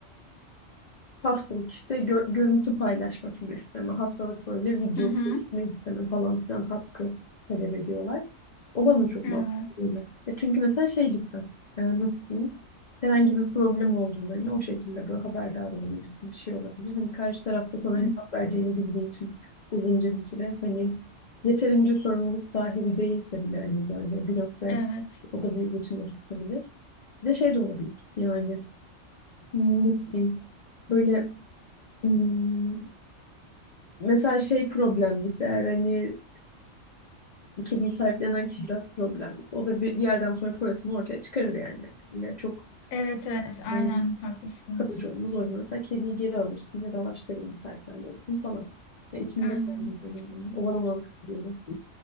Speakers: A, on the left; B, on the left.
A: Haftalık işte gö- görüntü paylaşmasını isteme, haftalık böyle video
B: Hı hı.
A: görüşme isteme falan filan hakkı talep ediyorlar. O bana çok
B: Evet.
A: mantıklı geliyor. E çünkü mesela şey cidden, e, nasıl diyeyim, herhangi bir problem olduğunda hani o şekilde böyle haberdar olabilirsin, bir şey olabilir. Hani karşı tarafta sana
B: Hı.
A: hesap vereceğini bildiğin için uzunca bir süre hani yeterince sorumluluk sahibi değilse bile hani böyle bir noktaya
B: Evet.
A: o da bir rutin oturtabilir. Bir de şey de olabilir yani nasıl diyeyim, böyle Hmm, Mesela şey problemliyse eğer hani kediyi sahiplenen kişi biraz problemliyse o da bir bir yerden sonra parasını ortaya çıkarır yani. Öyle çok
B: Evet evet aynen
A: ıı,
B: haklısınız.
A: kalıcı olmaz orada. Mesela kediyi geri alırsın ya da başka birini sahiplendirirsin falan. Ya içinde
B: Aynen.
A: kalmaz öyle yani. O bana mantıklı geliyor.